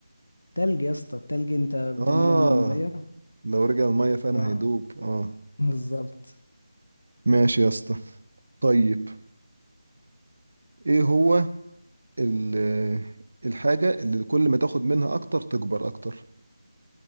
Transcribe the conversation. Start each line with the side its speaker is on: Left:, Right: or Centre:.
Left: تلج يا اسطى التلج انت بتعمله
Right: اه
Left: من المية
Right: لو رجع المية فعلا
Left: لا
Right: هيدوب اه
Left: بالظبط
Right: ماشي يا اسطى طيب ايه هو ال... الحاجة اللي كل ما تاخد منها اكتر تكبر اكتر